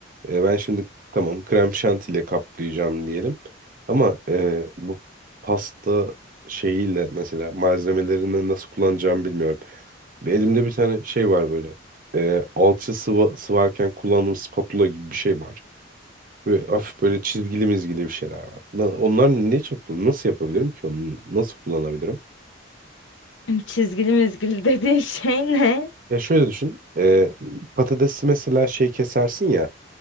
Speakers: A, on the right (about 45°); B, on the left (about 75°).
A: E, ben şimdi tamam krem şantiyle kaplayacağım diyelim. Ama e, bu pasta şeyiyle mesela malzemelerini nasıl kullanacağımı bilmiyorum. Bir elimde bir tane şey var böyle. E, alçı sıva, sıvarken kullandığım spatula gibi bir şey var. Ve hafif böyle çizgili mizgili bir şeyler var. Na- Onlar ne çok nasıl yapabilirim ki onu nasıl kullanabilirim?
B: Çizgili mizgili <laughs> dediğin şey ne?
A: Ya şöyle düşün. E, patatesi mesela şey kesersin ya